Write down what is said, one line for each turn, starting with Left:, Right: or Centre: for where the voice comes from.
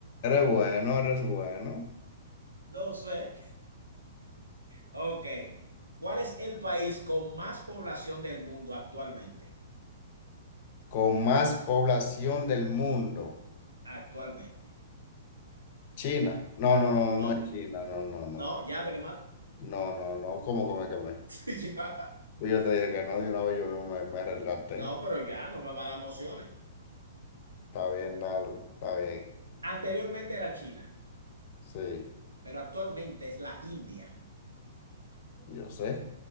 Left: bueno, eres bueno.
Right: No sé. Ok. ¿Cuál es el país con más población del mundo actualmente?
Left: Con más población del mundo.
Right: Actualmente.
Left: China. No, no, no,
Right: No,
Left: no es China, no, no, no.
Right: no, ya te quemaste. <laughs>
Left: No, no, no. ¿Cómo come que me? quemé?
Right: Ya.
Left: Pues yo te dije que no, de una vez yo mismo me, me retraté.
Right: No, pero ya no me va a dar emociones.
Left: Está bien, dale, está bien.
Right: Anteriormente era China,
Left: Sí,
Right: pero actualmente es la India.
Left: yo sé.